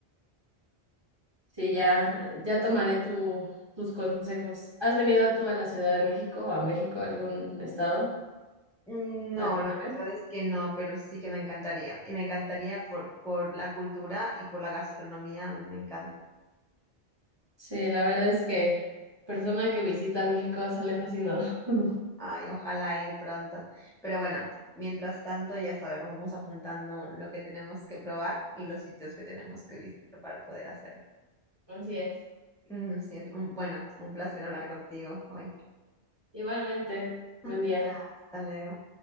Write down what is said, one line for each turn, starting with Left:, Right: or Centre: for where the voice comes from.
Right: Sí, ya, ya tomaré tu, tus consejos. ¿Has venido tú a la Ciudad de México o a México, a algún estado,
Centre: Mm, No,
Right: alguna
Centre: la
Right: vez?
Centre: verdad es que no, pero sí que me encantaría. Y me encantaría por, por la cultura y por la gastronomía, a mí me encanta.
Right: Sí, la verdad es que persona que visita México sale fascinado. <laughs>
Centre: Ay, ojalá ir pronto. Pero bueno, mientras tanto, ya sabemos, vamos apuntando lo que tenemos que probar y los sitios que tenemos que visitar para poder hacerlo.
Right: Así es.
Centre: Mm, sí, un- bueno, un placer hablar contigo hoy.
Right: Igualmente, buen
Centre: <laughs>
Right: día.
Centre: Ya, hasta luego.